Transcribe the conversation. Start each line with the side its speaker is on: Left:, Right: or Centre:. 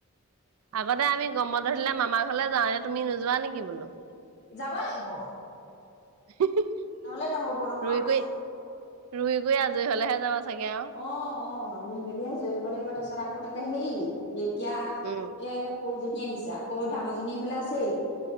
Right: আগতে আমি গম বন্ধ দিলে মামাৰ ঘৰলে যাওঁ, এতিয়া তুমি নোযোৱা নেকি বোলো?
Left: যাব লাগিব।
Right: হিঃ হিঃ হিঃ।
Left: নহলে নহ'ব। নহয়।
Right: ৰুই ক‌ই, ৰুই ক‌ই আজৰি হলেহে যাবা চাগে আৰু?
Left: অ অ ৰুই মেলি আজয়ী হব লাগিব, তাৰছত আকৌ তাতে হেৰি, এতিয়া এ
Right: উম
Left: সৰুজনী আহিছে, আকৌ ডাঙৰজনী আহিবলে আছেই।